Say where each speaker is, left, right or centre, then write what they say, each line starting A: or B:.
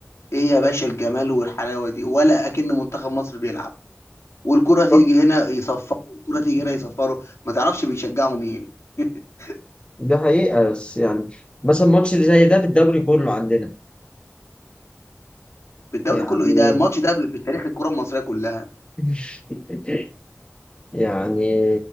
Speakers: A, on the left (about 80°); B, on the left (about 20°).
A: ايه يا باشا الجمال والحلاوه دي ولا اكن منتخب مصر بيلعب والكره تيجي
B: صح
A: هنا يصفروا والكره تيجي هنا يصفروا ما تعرفش بيشجعوا مين <laughs>
B: ده حقيقة بس يعني مثلا ماتش زي ده بالدوري كله عندنا
A: بالدوري
B: يعني
A: كله ايه ده الماتش ده بتاريخ الكره المصريه كلها
B: <laughs> يعني